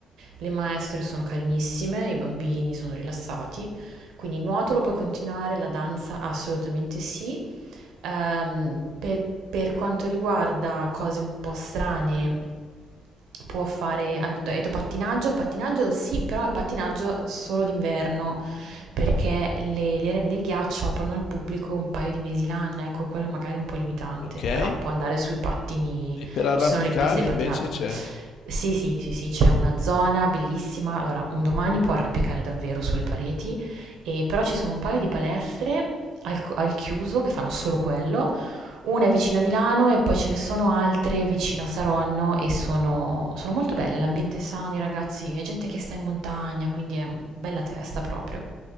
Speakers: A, on the right; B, on the left.
A: Le maestre sono carinissime, i bambini sono rilassati. Quindi il nuoto lo puoi continuare, la danza assolutamente sì. Ehm, per, per quanto riguarda cose un po' strane, può fare, ha detto ha detto pattinaggio, pattinaggio sì, però è pattinaggio solo d'inverno, perché le, le arene del ghiaccio aprono al pubblico un paio di mesi l'anno, ecco, quello magari è un po' limitante,
B: Ok, e
A: però può andare sui pattini,
B: per arrampicare
A: ci sono le piste di pattinaggio.
B: invece c'è.
A: Sì, sì, sì, sì, c'è una zona bellissima. Allora, un domani può arrampicare davvero sulle pareti, e però ci sono un paio di palestre al, al chiuso che fanno solo quello. Una è vicino a Milano e poi ce ne sono altre vicino a Saronno e sono, sono molto belle. L'ambiente è sano, i ragazzi, è gente che sta in montagna, quindi è bella testa proprio.